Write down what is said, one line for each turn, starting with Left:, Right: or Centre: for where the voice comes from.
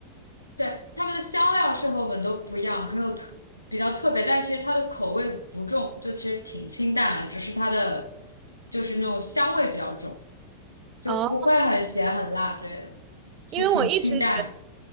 Left: 对，他们的香料是和我们都不一样，很有特比较特别，但其实它的口味不重，就其实挺清淡的，只是它的就是那种香味比较重，就不会很咸很辣之类的，
Right: 啊？
Left: 其实挺清淡的。
Right: 因为我一直